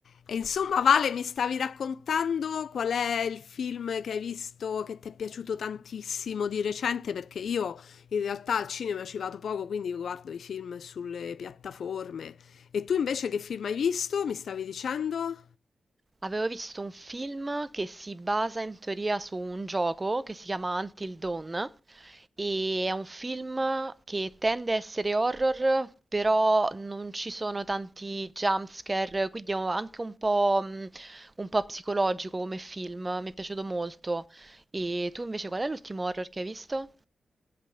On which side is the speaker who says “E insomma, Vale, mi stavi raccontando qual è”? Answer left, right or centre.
Left